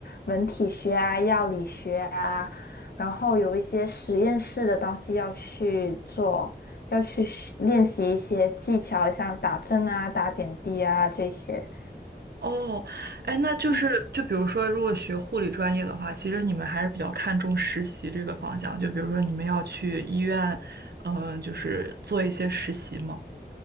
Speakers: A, on the left; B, on the right.
A: 人体学啊、药理学啊，然后有一些实验室的东西要去做，要去学练习一些技巧，像打针啊、打点滴啊这些。
B: 哦，哎，那就是就比如说，
A: 嗯
B: 如果学护理专业的话，其实你们还是比较看重实习这个方向。就比如说，你们要去医院，嗯、就是做一些实习嘛。